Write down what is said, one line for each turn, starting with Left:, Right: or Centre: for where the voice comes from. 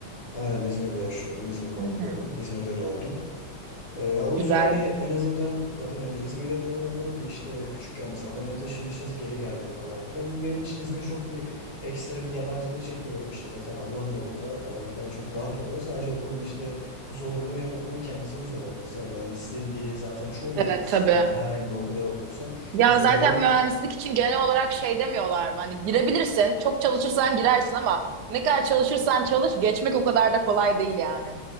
Left: Aynen İzmir'de yaşıyorum. İzmir'de
Right: Hı
Left: okuyorum.
Right: hı.
Left: İzmir'de doğdum. Ee, o
Right: Güzel.
Left: yüzden hani en azından zaten yani İzmir'de doğdum ama bir işte küçükken biz Adana'ya taşınmışız geri geldik falan filan. Benim için İzmir çok bir ekstra bir yabancılık çekmiyorum işte zaten ablam da burada falan filan çok rahat oluyor. Sadece okulun işte zorluğu hem okulun kendisinin zor olması hem mühendisliğin bir zaten çoğu
Right: Evet
Left: mühendisliğin
Right: tabii.
Left: hani herhangi bir okulda da okursan
Right: Ya
Left: bir zorluğu
Right: zaten mühendislik
Left: var.
Right: için genel olarak şey demiyorlar mı? Hani girebilirsin, çok çalışırsan girersin ama ne kadar çalışırsan çalış geçmek o kadar da kolay değil yani.